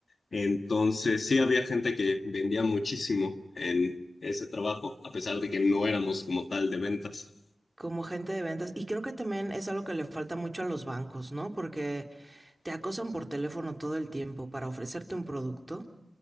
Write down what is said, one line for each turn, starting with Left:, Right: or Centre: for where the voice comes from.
Left: Entonces, sí había gente que vendía muchísimo en ese trabajo, a pesar de que no éramos como tal de ventas.
Right: como gente de ventas. Y creo que también es algo que le falta mucho a los bancos, ¿no? Porque te acosan por teléfono todo el tiempo para ofrecerte un producto.